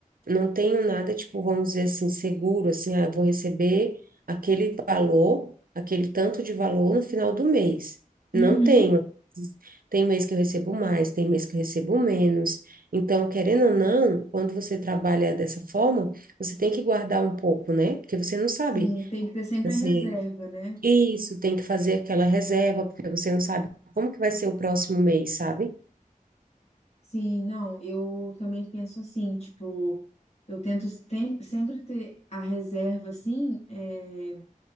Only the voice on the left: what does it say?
Uhum,
sim, tem que ter sempre
a reserva, né?
Sim, não, eu também penso assim, tipo, eu tento tem- sempre ter a reserva, assim, é,